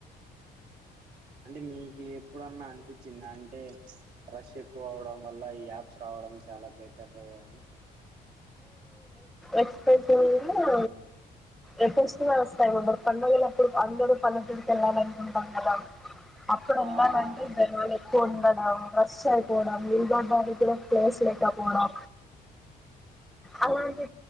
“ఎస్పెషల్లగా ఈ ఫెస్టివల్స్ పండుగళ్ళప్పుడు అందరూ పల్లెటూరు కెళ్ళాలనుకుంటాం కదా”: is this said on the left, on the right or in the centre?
Centre